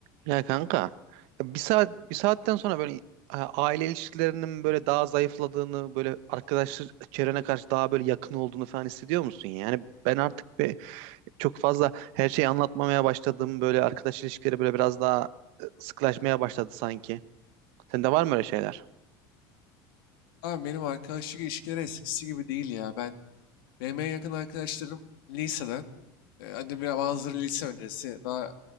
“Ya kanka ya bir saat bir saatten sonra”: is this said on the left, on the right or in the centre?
Right